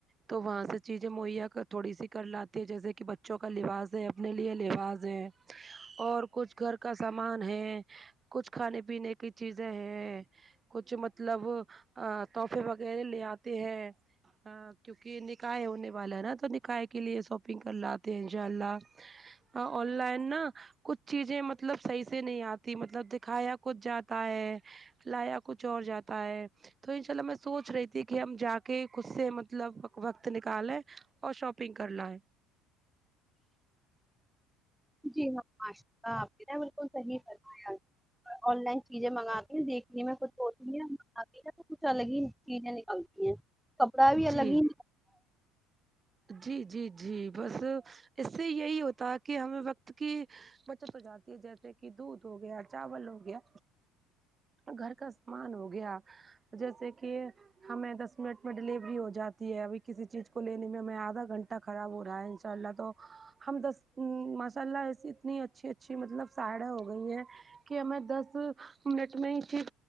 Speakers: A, on the right; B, in the centre.
A: تو وہاں سے چیزیں مہیا کر تھوڑی سی کر لاتی ہے جیسے کہ بچوں کا لباس ہے اپنے لیے لباس ہے اور کچھ گھر کا سامان ہے کچھ کھانے پینے کی چیزیں ہیں کچھ مطلب تحفے وغیرہ لے آتے ہیں ہاں کیونکہ نکاح ہونے والا ہے نا تو نکاح کے لیے شاپنگ کر لاتے ہیں انشاء اللہ آ آن لائن نہ کچھ چیزیں مطلب صحیح سے نہیں آتی مطلب دکھایا کچھ جاتا ہے لایا کچھ اور جاتا ہے تو ان شاء اللہ میں سوچ رہی تھی کہ ہم جا کے خود سے مطلب وقت نکالیں اور شاپ پنگ کر ل ہے
B: جی ہاں ماشاء اللہ آپ نے بالکل صحیح فرما یا آن لائن چیزیں منگاتی دیکھ جی میں کچھ ہوتی ہیں آتی ہیں تو کچھ الگ ہی چیزیں نکلتی ہیں کپڑا بھی
A: جی
B: الگ ہی
A: جی جی جی بس اس سے یہی ہوتا کہ ہمیں وقت کی بچت ہو جاتی ہے جیسے کہ دودھ ہو گیا چاول ہو گیا گھر کا سامان ہو گیا جیسے کہ ہمیں دس منٹ میں ڈیلیوری ہو جاتی ہے ابھی کسی چیز کو لینے میں ہمیں آدھا گھنٹہ خراب ہو رہا ہے ان شاء اللہ تو ہم دس ماشاء اللہ ایسی اتنی اچھی اچھی مطلب سائیڈ یں ہو گئی ہیں کہ ہمیں دس منٹ میں ہی چیز